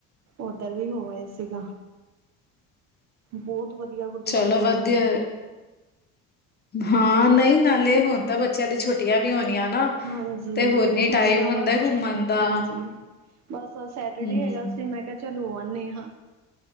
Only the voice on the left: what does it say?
ਚਲੋ
ਵਧੀਆ
ਹਾਂ ਨਈ ਨਾਲੇ ਹੁਣ ਤਾਂ ਬੱਚਿਆਂ ਦੀ ਛੁਟੀਆਂ ਵੀ ਹੋਨੀਆ ਨਾ।
ਤੇ ਹੋਰ ਨੀ
ਟਾਈਮ
ਹੁੰਦਾ ਘੁੰਮਣ ਦਾ
ਹਮ